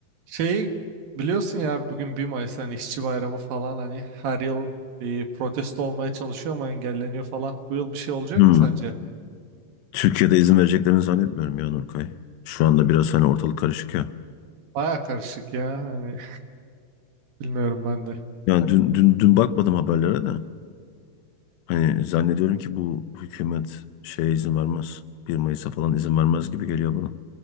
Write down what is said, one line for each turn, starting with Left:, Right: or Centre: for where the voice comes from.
Right: Şeyi biliyorsun ya abi, bugün bir Mayıs hani işçi bayramı falan hani her yıl bir protesto olmaya çalışıyor ama engelleniyor falan. Bu yıl bir şey olacak
Left: Hmm.
Right: mı sence?
Left: Türkiye'de izin vereceklerini zannetmiyorum ya Nurkay. Şu anda biraz hani ortalık karışık ya.
Right: Baya karışık ya hani bilmiyorum ben de.
Left: Yani dün, dün, dün bakmadım haberlere de. Hani zannediyorum ki bu hükümet şeye izin vermez. Bir Mayıs'a falan izin vermez gibi geliyor bana.